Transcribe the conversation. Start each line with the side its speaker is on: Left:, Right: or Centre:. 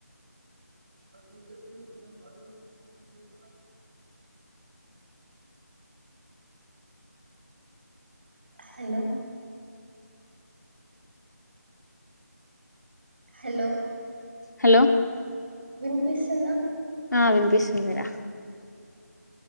Right: <inaudible> Hello hello
Left: hello
Right: వినిపిస్తుందా
Left: ఆ వినిపిస్తుందిరా